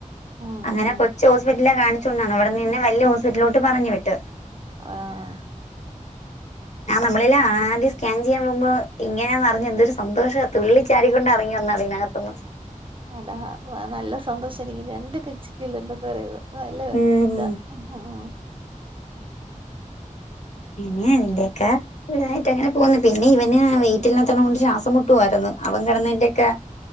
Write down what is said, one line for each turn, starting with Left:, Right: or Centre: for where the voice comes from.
Right: ഉം
Left: അങ്ങനെ
Right: ഉം
Left: കൊച്ച് ഹോസ്പിറ്റൽലാ കാണിച്ചോണ്ട്ന്നെ അവടിന്നെന്നെ വല്ല്യ ഹോസ്പിറ്റലിലോട്ട് പറഞ്ഞു വിട്ട്
Right: ആഹ്
Left: ആഹ് നമ്മളെല്ലാം ആദ്യം സ്കാൻ ചെയ്യാൻ പോവുമ്പോ ഇങ്ങനാന്ന് അറിഞ്ഞ എന്തൊരു സന്തോഷ തുള്ളിച്ചാടുക്കൊണ്ടാ എറങ്ങി വന്ന അതിനക ത്ത്ന്ന്
Right: അതാ നല്ല സന്തോഷായിരിക്കും രണ്ട് കച്ചക്ക്ള്ള പറ നല്ല
Left: ഉം
Right: ഇതാ ആഹ്
Left: ഇനി ഇതിന്റെയെക്കെ ഇവനുവായിട്ടങ്ങനെ പോവ്ന്നു പിന്നെ ഇവന് വെയിറ്റില്ലാത്തോണ്ട് ശ്വാസം മുട്ടുവാര്ന്ന് അവൻ കെടന്നെന്റെക്കെ